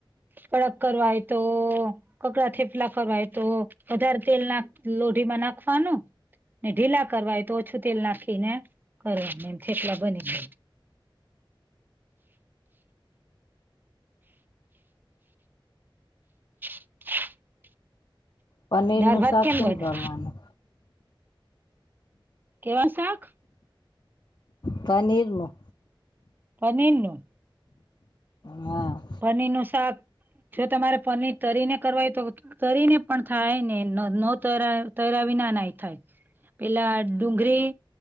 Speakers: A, on the right (about 20°); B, on the left (about 50°).
A: કડક કરવા હોય તો કકડા થેપલા કરવા હોય તો વધારે તેલ નાખ લોઢીમાં નાખવાનું ને ઢીલા કરવા હોય તો ઓછું તેલ નાખીને કરવાનું એમ થેપલા બની જાય. <unintelligible>
B: પનીરનું
A: દાળ ભાત
B: શાક કેમ
A: બને
B: કરવાનું?
A: કેવા શાક?
B: પનીરનું.
A: પનીરનું.
B: હા.
A: પનીરનું શાક જો તમારે પનીર તરીને કરવા હોય તો તરીને પણ થાય ને ન તરા તરા વિના નાય થાય. પેલા ડુંગરી,